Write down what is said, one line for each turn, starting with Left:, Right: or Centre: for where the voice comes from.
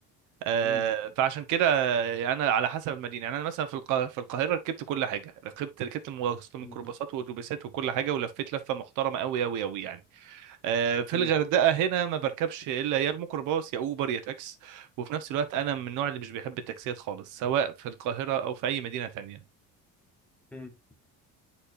Right: آه،
Centre: مم.
Right: فعشان كده انا على حسب المدينه يعني انا مثلا في القا- في القاهره ركبت كل حاجه ركبت ركبت المواص- ميكروباصات
Centre: مم.
Right: واتوبيسات وكل حاجه ولفيت لفه محترمه قوي قوي قوي يعني آه، في
Centre: مم.
Right: الغردقه هنا ما بركبش الا يا الميكروباص يا اوبر يا تاكس وفي نفس الوقت انا من النوع اللي مش بيحب التاكسيات خالص سواء في القاهره او في اي مدينه تانية
Centre: مم.